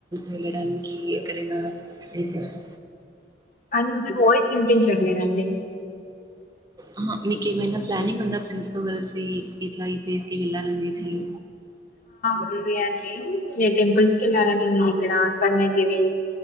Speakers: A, on the right; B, on the left.
A: వెళ్ళడానికి ఎక్కడ <unintelligible>
B: అ మీ వాయిస్ వినిపించట్లేదండి
A: అమ్మా మీకు ఏమైనా ప్లానింగ్ ఉందా ఫ్రెండ్స్ తో కలిసి ఇట్లా దేసుకి వెళ్ళాలనిసులు
B: ఉంది అండి టెంపుల్స్ కి వెళ్ళాలనే ఉంది ఇక్కడ స్వర్ణగిరి